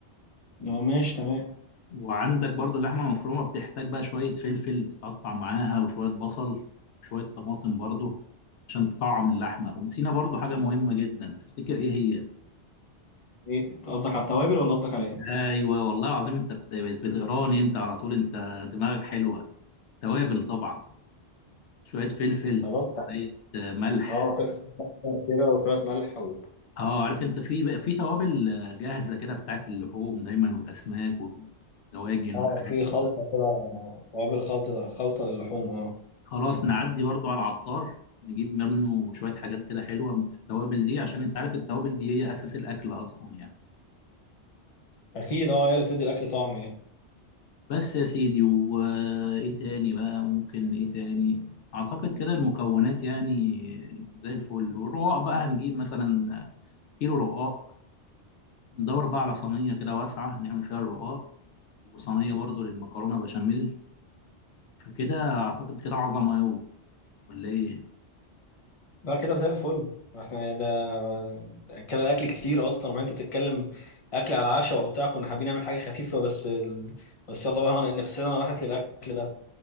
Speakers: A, on the left; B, on the left.
A: آه، ماشي تمام
B: وعندك برضو اللحمة المفرومة بتحتاج بقى شوية فلفل تتقطع معاها وشوية بصل شوية طماطم برضو عشان تطعم اللحمة ونسينا برضو حاجة مهمة جدا تفتكر ايه هي؟
A: ايه انت قصدك على التوابل ولا قصدك على ايه
B: ايوه والله العظيم انت بت- بت- بتقراني انت على طول انت دماغك حلوة توابل طبعا شوية فلفل
A: خلاص تحت
B: شوية آه، ملح
A: اه في سكر كده وشويه ملح و...
B: اه عارف انت في بقى في توابل آه، جاهزة كده بتاعت اللحوم دايما والأسماك والدواجن
A: اه
B: والحاجات
A: في خلطه
B: دي
A: كده آه، توابل خلطه خلطه للحوم اه
B: خلاص نعدي برضو على العطار نجيب منه شوية حاجات كده حلوة من التوابل دي عشان انت عارف التوابل دي هي أساس الأكل أصلا يعني
A: اكيد اه هي اللي بتدي الاكل طعم يعني
B: بس يا سيدي وإيه تاني بقى ممكن إيه تاني أعتقد كده المكونات يعني زي الفل والرقاق بقى هنجيب مثلا كيلو رقاق ندور بقى على صينية كده واسعة نعمل فيها الرقاق وصينية برضو للمكرونة بشاميل فكده أعتقد كده عظمة أوي ولا إيه؟
A: لا كده زي الفل احنا ده كده الاكل كتير اصلا ما انت بتتكلم اكل على العشاء وبتاع كنا حابين نعمل حاجه خفيفه بس ال... بس يلا بقى هون- نفسنا راحت للاكل ده